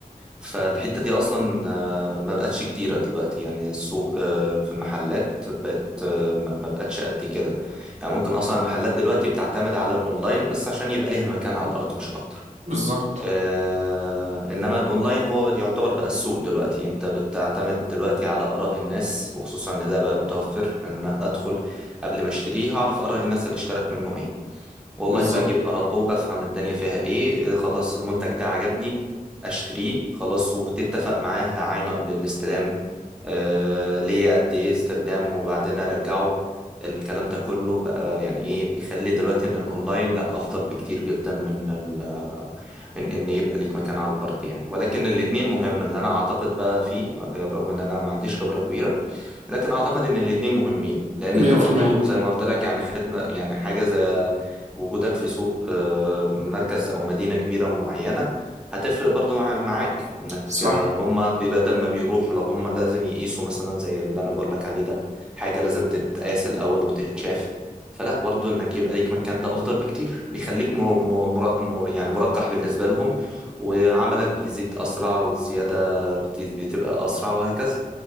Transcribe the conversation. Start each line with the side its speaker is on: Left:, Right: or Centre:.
Centre: فالحتة دي أصلا آه، ما بقتش كتيرة دلوقتي يعني السوق آه، في المحلات بقت آه، ما ما بقتش قد كده يعني ممكن أصلا المحلات دلوقتي بتعتمد على الأونلاين بس عشان يبقى ليها مكان على الأرض مش أكتر
Right: بالظبط
Centre: آه، إنما الأونلاين هو يعتبر بقى السوق دلوقتي أنت بتعتمد دلوقتي على آراء الناس وخصوصا إن ده بقى متوفر إن أنا أدخل قبل ما أشتريه هعرف آراء الناس اللي اشترت منه إيه والله
Right: بالظبط
Centre: بجيب آراء وبفهم الدنيا فيها إيه آه، خلاص المنتج ده عجبني أشتريه خلاص وتتفق معاه هعاينه قبل الاستلام آه ليا قد إيه استخدام وبعدين أرجعه الكلام ده كله بقى يعني إيه بيخلي دلوقتي إن الأونلاين لأ أفضل بكتير جدا من ال من إن يبقى ليك مكان على الأرض يعني ولكن الاتنين مهم اللي أنا أعتقد بقى فيه آه، رغم إن أنا ما عنديش خبرة كبيرة لكن اعتقد ان الاتنين مهمين لان
Right: 100%
Centre: انت برضو زي ما قلت لك يعني خدمة يعني حاجة زي وجودك في سوق آه، مركز او مدينة كبيرة معينة هتفرق برضو مع معاك انك
Right: صح
Centre: آه، هما بي- بدل ما بيروحوا لو هما لازم يقيسوا مثلا زي اللي انا بقول لك عليه ده حاجة لازم تتقاس الاول وتتشاف فلا برضو انك يبقى ليك مكان ده افضل بكتير بيخليك مر... مر... مر... يعني مرجح بالنسبة لهم وعملك بيزيد اسرع والزيادة بت- بتبقى اسرع وهكذا